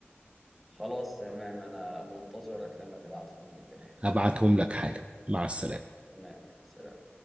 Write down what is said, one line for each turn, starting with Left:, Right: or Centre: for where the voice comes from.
Centre: خلاص تمام انا منتظرك لما تبعتهم لي تمام
Right: هبعتهم لك حالا مع السلامة
Centre: تمام سلام